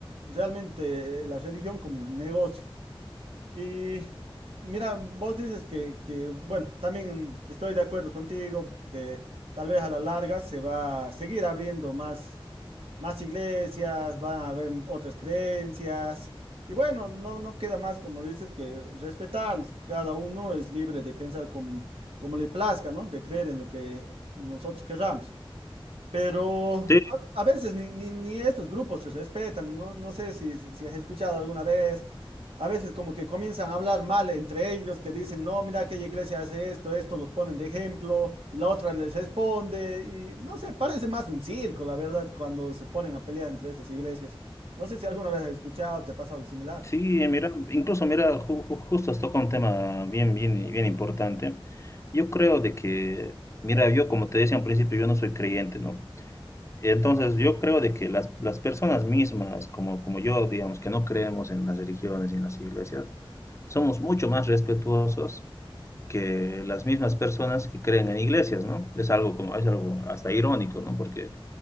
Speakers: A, on the right; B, on the left.
A: realmente eh, la religión como un negocio. Y mira, vos dices que, que, bueno, también estoy de acuerdo contigo, que tal vez a la larga se va a seguir abriendo más, más iglesias, van a haber otras creencias. Y bueno, no, no queda más, como dices, que respetarlos. Cada uno es libre de pensar como, como le plazca, ¿no? De creer en lo que nosotros querramos. Pero
B: Sí,
A: a, a veces ni, ni, ni estos grupos se respetan, no, no sé si, si, si has escuchado alguna vez, a veces como que comienzan a hablar mal entre ellos, que dicen, no, mira aquella iglesia hace esto, esto los ponen de ejemplo, y la otra les responde, y no sé, parece más un circo, la verdad, cuando se ponen a pelear entre estas iglesias. No sé si alguna vez has escuchado, te ha pasado algo similar.
B: Sí, mira, incluso mira, ju- ju- justo has tocado un tema bien, bien, bien importante. Yo creo de que, mira, yo como te decía al principio, yo no soy creyente, ¿no? Entonces, yo creo de que las, las personas mismas, como, como yo, digamos, que no creemos en las religiones y en las iglesias, somos mucho más respetuosos que las mismas personas que creen en iglesias, ¿no? Es algo como, es algo hasta irónico, ¿no? Porque,